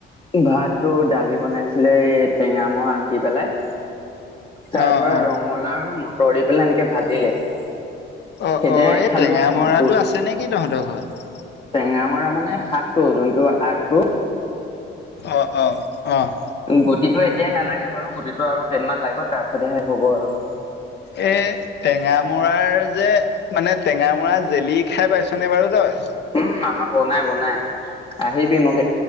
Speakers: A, on the left; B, on the left.
A: ভাত টো দালি বনাইছিলে টেঙামৰা আগ দি পেলাই। তাৰ
B: অ
A: পৰা
B: অ
A: ৰঙালা আৰু মটৰ দি পেলাই এনেকে ভাজিলে <unintelligible>
B: অ
A: সেইদৰে
B: অ এই
A: খালো
B: টেঙা
A: আৰু
B: মৰাটো
A: ত
B: আছে নে কি তহঁতৰ ঘৰত।
A: টেঙা মৰা মানে শাকটো যোনটো আগটো <unintelligible>
B: অ অ, অ'।
A: গুটিটো এতিয়াই নালাগে বাৰু গুটিটো আৰু কেইদিনমান লাগিব তাৰ পিছতহে হ'ব আৰু।
B: এই টেঙা মৰাৰ যে মানে টেঙা মৰাৰ জেলি খাই পাইছনে বাৰু তই?
A: উম আমাৰ বনাই বনাই আহিবি মোক